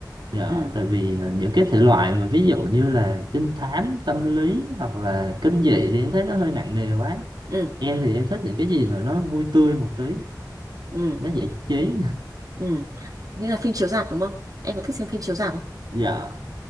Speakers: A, on the right; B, on the right.
A: dạ
B: ừ
A: tại vì ờ, những cái thể loại mà ví dụ như là trinh thám tâm lý hoặc là kinh dị thì em thấy nó hơi nặng nề quá
B: ừ
A: em thì em thích những cái gì mà nó vui tươi một tí
B: ừ
A: nó giải trí
B: ừ như là phim chiếu rạp đúng không em có thích xem phim chiếu rạp không
A: <laughs> dạ